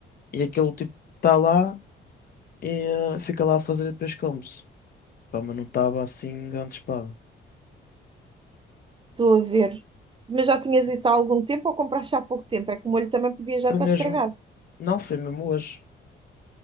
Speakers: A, on the left; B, on the right.
A: E aquele tipo está lá e eh, fica lá a fazer e depois come-se. Pá, mas não estava assim grande espada.
B: Estou a ver. Mas já tinhas isso há algum tempo ou compraste há pouco tempo? É que o molho também podia já
A: Foi
B: estar
A: mesmo.
B: estragado.
A: Não, foi mesmo hoje.